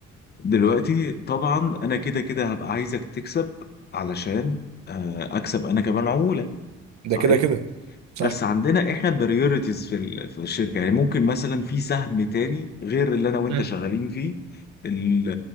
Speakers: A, on the left (about 35°); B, on the right (about 65°).
A: دلوقتي طبعا انا كده كده هبقى عايزك تكسب علشان آه، اكسب انا كمان عمولة
B: ده
A: صحيح
B: كده كده صح
A: بس عندنا احنا بريورتيز في ال- في الشركة يعني ممكن مثلا في سهم تاني غير اللي انا وانت
B: مم.
A: شغالين فيه ال-